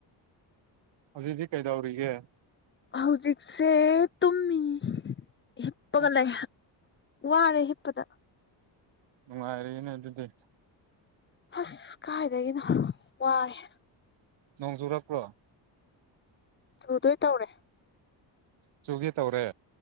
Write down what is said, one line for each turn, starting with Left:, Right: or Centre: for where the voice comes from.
Right: ꯍꯧꯖꯤꯗꯤ ꯀꯩꯗꯧꯔꯤꯒꯦ
Left: ꯍꯧꯖꯤꯛꯁꯦ ꯇꯨꯝꯃꯤ ꯍꯤꯞꯄꯒ
Right: ꯑꯁ
Left: ꯂꯩ ꯋꯥꯔꯦ ꯍꯤꯞꯄꯗ
Right: ꯅꯨꯡꯉꯥꯏꯔꯤꯅꯦ ꯑꯗꯨꯗꯤ
Left: ꯑꯁ ꯀꯥꯏꯗꯒꯤꯅꯣ ꯋꯥꯔꯦ
Right: ꯅꯣꯡꯖꯨꯔꯛ ꯄꯔꯣ
Left: ꯆꯨꯗꯣꯏ ꯇꯧꯔꯦ
Right: ꯆꯨꯒꯦ ꯇꯧꯔꯦ